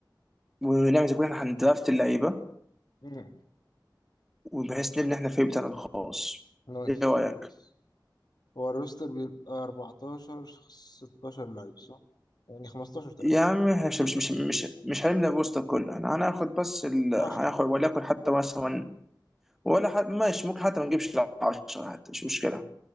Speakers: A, in the centre; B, on the left.
A: ونعمل زي ما احنا هندرافت اللعيبه
B: مم.
A: وبحيث نبني احنا الفريق بتاعنا الخاص
B: نايس
A: ايه رايك؟
B: نايس هو الروستر بيبقى 14 16 لعيب صح؟ يعني 15 تقريبا
A: يا عم احنا مش مش مش مش, مش هنبني الروستر كله احنا هناخد بس ال... هناخد
B: 10
A: وليكن حتى مثلا ولا حد ماشي ممكن حتى ما نجيبش 10 حتى مش مشكله